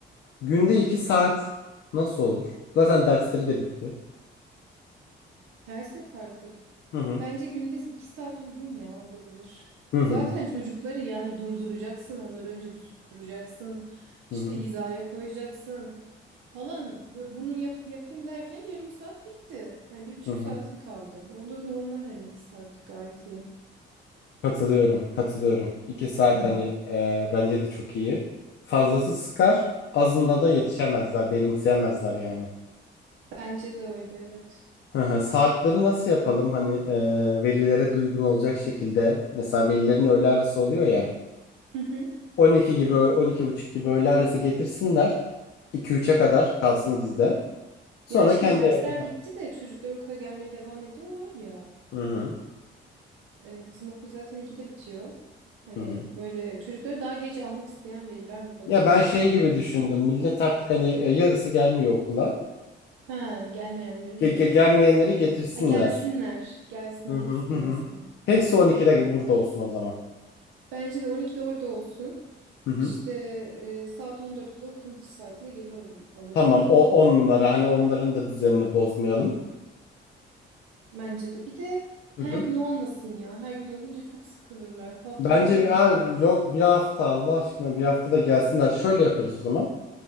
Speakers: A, on the left; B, on the right.
A: Günde 2 saat nasıl olur? Zaten dersleri de bitti.
B: Ders yok artık.
A: Hı hı.
B: Bence günde 2 saat uygun ya olabilir.
A: Hı
B: Zaten
A: hı.
B: çocukları yani durduracaksın. Onları önce bir susturacaksın.
A: Hı
B: İşte
A: hı.
B: hizaya koyacaksın falan. Bu- Bunu yap, yapayım derken yarım saat bitti. Hani bir buçuk
A: Hı hı.
B: saatin kaldı. O da normal hani 2 saat gayet iyi.
A: Katılıyorum, katılıyorum. İki saat
B: <clears throat>
A: hani e, bence de çok iyi. Fazlası sıkar, azında da yetişemezler, benimseyemezler yani.
B: Bence de öyle evet.
A: Hı hı. Saatleri nasıl yapalım hani e, velilere duygun olacak şekilde. Mesela velilerin öğle arası oluyor ya.
B: Hı hı.
A: 12 gibi, 12 buçuk gibi öğle arası getirsinler. iki üçe kadar kalsın bizde. Sonra
B: Ya şimdi
A: kendi...
B: dersler bitti de çocuklar okula gelmeye devam ediyorlar ya.
A: Hı hı,
B: E, bizim okul zaten ikide bitiyor. Hani
A: hı hı.
B: böyle çocukları daha geç almak isteyen veliler mutlaka
A: Ya ben
B: var
A: şey
B: ya.
A: gibi düşündüm. Millet artık hani e, yarısı gelmiyor okula.
B: Ha gelmeyenleri mi
A: Ge-
B: dedin?
A: ge- gelmeyenleri getirsinler.
B: Ha gelsinler. Gelsinler
A: Hı hı
B: hepsi
A: hı.
B: gelsin.
A: hı. Hepsi 12'de burada olsun o zaman.
B: Bence de 12'de orada olsun.
A: Hı hı.
B: İşte e, saat 14'te de okulun bitiş saatinde gelir alır- alırlar.
A: Tamam o 10 numara hani onların da düzenini bozmayalım.
B: Bence de. Bir de her
A: Hı hı.
B: gün olmasın ya. Her gün olunca çok sıkılırlar. Haftada
A: Bence
B: 3
A: bir
B: gün iyi
A: abi
B: bence.
A: yok bir hafta Allah aşkına bir hafta da gelsinler. Şöyle yaparız o zaman.